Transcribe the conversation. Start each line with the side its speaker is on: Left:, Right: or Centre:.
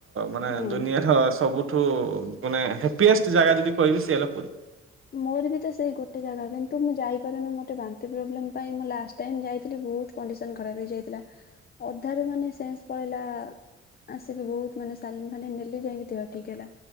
Right: ମାନେ
Left: ହଁ।
Right: ଦୁନିଆର ସବୁ ଠୁ ମାନେ ହ୍ୟାପିଏଷ୍ଟ ଜାଗା ଯଦି କହିବି ସେ ହେଲା ପୁରୀ।
Left: ମୋର ବି ତ ସେଇ ଗୋଟେ ଜାଗା କିନ୍ତୁ ମୁଁ ଯାଇପାରୁନି ଗୋଟେ ବାନ୍ତି ପ୍ରୋବ୍ଲେମ ପାଇଁ ମୁଁ ଲାଷ୍ଟ ଯାଇଥିଲି ବହୁତ କଣ୍ଡିସନ ଖରାପ ହେଇଯାଇଥିଲା ଅଧାରୁ ମାନେ ପଳେଇଲା। ଆସିକି ବହୁତ ମାନେ ସାଲିନ୍ ଫାନିଲ ନେଲି ଯାଇକି ଦେହ ଠିକ୍‌ ହେଲା।